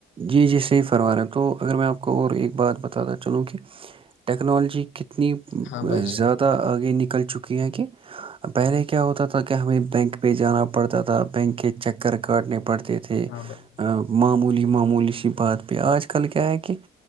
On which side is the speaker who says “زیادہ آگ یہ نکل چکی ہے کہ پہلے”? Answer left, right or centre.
Right